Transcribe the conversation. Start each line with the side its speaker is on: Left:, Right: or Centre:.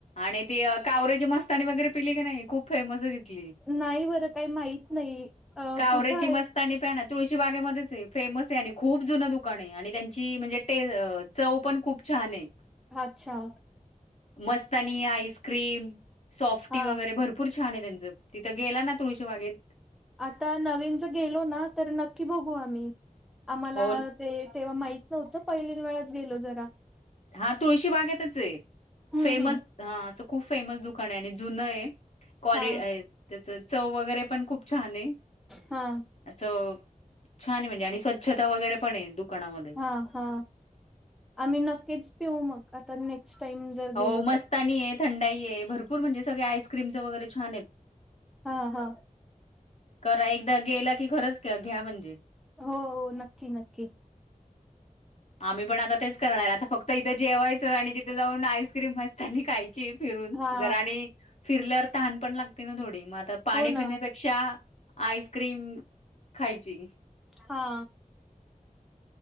Left: आणि ते कावरेची मस्ताणी वगैरे पिली की नाही? खूप फेमस आहे तिथली.
Centre: नाही बरं काही माहित नाही. अ
Left: कावरेची
Centre: कुठं आहे
Left: मस्त पाणी प्या ना तुळशी बागेमध्येच आहे फेमस आहे आणि खूप जुन दुकान आहे आणि त्यांची म्हणजेे. ते चव पण खूप छान आहे.
Centre: माछ्यावर
Left: मस्तनी आईस्क्रीम सॉफ्टी
Centre: हा
Left: वगैरे भरपूर छान आहे त्यांचं तिथं गेला ना तुळशी बागेत.
Centre: आता नवीन ज गेलो ना तर नक्की बघू आम्ही आम्हाला.
Left: हो
Centre: ते तेव्हा माहित नव्हतं पहिलीन वेळाच गेलो जरा.
Left: हा तुळशी बागेतच आहे
Centre: हम्म
Left: फेमस.
Centre: हम्म.
Left: हा असं खूप फेमस दुकान आहे आणि जुन आहे. क्वाल
Centre: हा
Left: त्याच चव वगैरे पण खूप छान आहे.
Centre: हा
Left: असं छान आहे म्हणजे आणि स्वच्छता वगैरे पण आहे दुकानामध्ये
Centre: हा हा आम्ही नक्कीच पिऊ मग आता नेक्स्ट टाईम जर
Left: हो
Centre: गेलो
Left: मस्तानी
Centre: तर
Left: आहे, थंडाई आहे भरपूर म्हणजे सगळे आईस्क्रीमचं वगैरे छान आहेत
Centre: हा हा
Left: करा एकदा गेला की खरंच घ्या म्हणजे
Centre: हो हो नक्की नक्की
Left: आम्ही पण आता तेच करणार आता फक्त इथं जेवायचं आणि तिथे जाऊन आईस्क्रीम मस्तानी आणि खायची. फिरून
Centre: हा
Left: जर आणि फिरल्यावर तहान पण लागते ना थोडी मग आता पाणी
Centre: हो ना
Left: पिण्यापेक्षा. आईस्क्रीम खायची.
Centre: हा